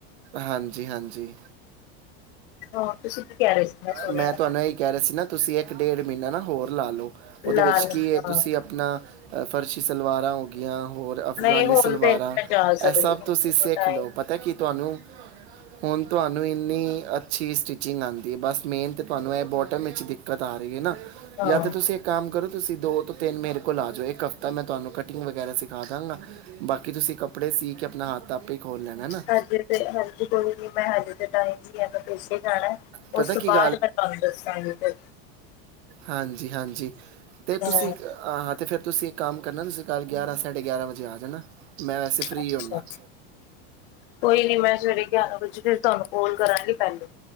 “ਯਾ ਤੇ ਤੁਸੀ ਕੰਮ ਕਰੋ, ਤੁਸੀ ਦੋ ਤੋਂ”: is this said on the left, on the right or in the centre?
Right